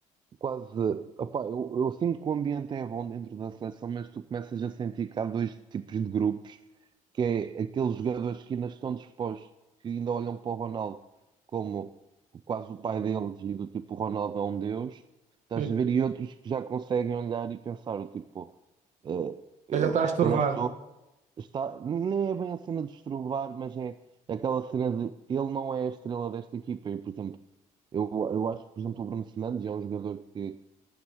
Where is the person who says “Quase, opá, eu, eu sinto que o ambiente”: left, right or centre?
Right